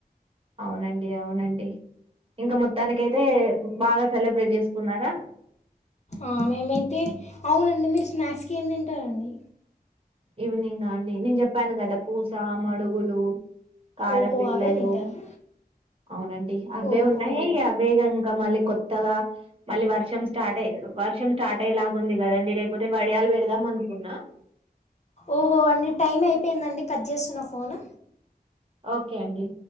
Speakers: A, on the right; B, on the left.
A: అవునండి అవునండి ఇంకా మొత్తానికికైతే బాగా సెలబ్రేట్ చేసుకున్నారా
B: ఆ మేమైతే అవునండి మీరు స్నాక్స్కి ఏం తింటారండి
A: ఈవినింగ అండి నేను చెప్పాను కదా పూస మడుగులు కారపు
B: ఓహో
A: బిల్లలు
B: అవే తింటారా
A: అవునండి అవే
B: ఓహో
A: ఉంటాయి అవే కనుక మళ్ళీ కొత్ త్తగా మళ్ళీ వర్షం స్టార్ట్ వర్షం స్టార్ట్ అయలాగుంది కదండి లేకపోతే వడియాలు పెడదాం అనుకున్నా
B: ఓహో అండి టైం అయిపోయిందండి కట్ చేస్తున్న ఫోన్
A: ఓకే అండి